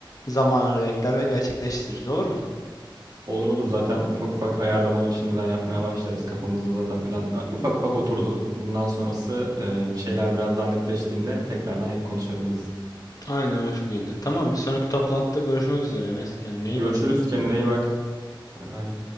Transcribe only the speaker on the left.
zamanını bekler ve gerçekleştiririz olur mu?
Aynen o şekilde. Tamam bir sonraki toplantıda görüşmek üzere Enes. Kendine iyi
bak.